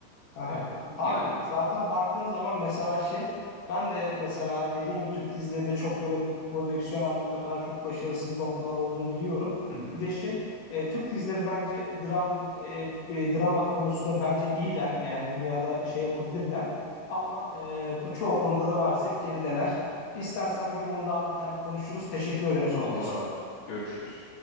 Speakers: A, on the left; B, on the left.
A: Aha.
B: E,
A: Abi
B: yani
A: zaten baktığın zaman mesela şey ben de mesela dediğin gibi Türk dizilerinde çok böyle prodüksiyon anlamında falan çok başarısız noktalar olduğunu biliyorum.
B: Hı hı.
A: Bir de şey e, Türk dizileri bence dram e, e, drama konusunda bence iyiler. Yani dünyada şey yapabilirler. Ama e, bu çoğu konuda da maalesef gerideler. İstersen bir gün bunu daha detaylı konuşuruz. Teşekkür ederim sohbet
B: Olur
A: için.
B: abi. Görüşürüz.